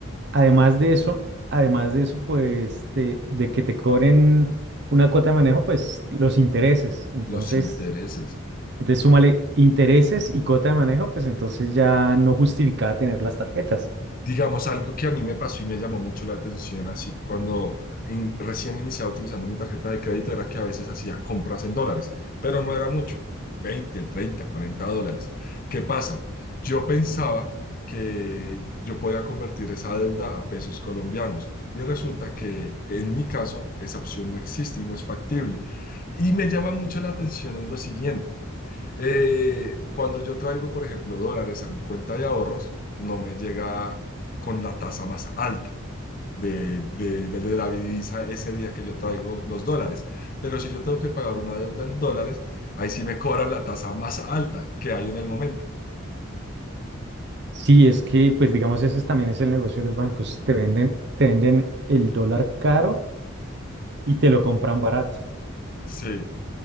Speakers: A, on the right; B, on the left.
A: Además de eso, además de eso, pues de, de que te cobren una cuota de manejo, pues los intereses. Entonces,
B: los intereses.
A: entonces súmale intereses y cuota de manejo, pues entonces ya no justificaba tener las tarjetas.
B: Digamos, algo que a mí me pasó y me llamó mucho la atención, así cuando in- recién iniciaba utilizando mi tarjeta de crédito, era que a veces hacía compras en dólares, pero no era mucho, 20 30 40 dólares. ¿Qué pasa? Yo pensaba que yo podía convertir esa deuda a pesos colombianos y resulta que en mi caso esa opción no existe y no es factible. Y me llama mucho la atención en lo siguiente. Eh, cuando yo traigo, por ejemplo, dólares a mi cuenta de ahorros, no me llega con la tasa más alta de, de, de la divisa ese día que yo traigo los dólares. Pero si yo tengo que pagar una deuda en dólares, ahí sí me cobran la tasa más alta que hay en el momento.
A: Sí, es que, pues digamos, ese es- también es el negocio de los bancos. Te venden, te venden el dólar caro y te lo compran barato.
B: Sí.